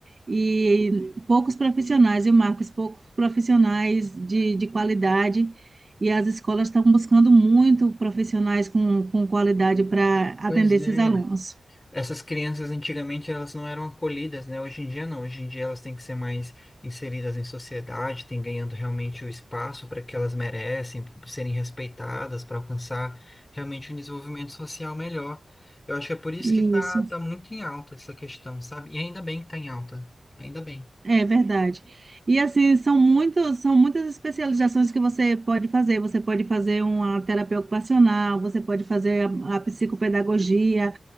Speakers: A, on the right (about 30°); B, on the left (about 20°).
A: e poucos profissionais, e Marcos, poucos profissionais de, de qualidade, e as escolas estão buscando muito profissionais com, com qualidade para atender
B: pois
A: esses
B: é.
A: alunos.
B: Essas crianças antigamente elas não eram acolhidas, né? Hoje em dia não. Hoje em dia elas têm que ser mais inseridas em sociedade, têm ganhando realmente o espaço para que elas merecem, por serem respeitadas, para alcançar realmente um desenvolvimento social melhor. Eu acho que é por isso
A: Isso.
B: que tá, tá muito em alta essa questão, sabe? E ainda bem que tá em alta. Ainda bem.
A: É verdade. E assim, são muitos, são muitas especializações que você pode fazer. Você pode fazer uma terapia ocupacional, você pode fazer a, a psicopedagogia,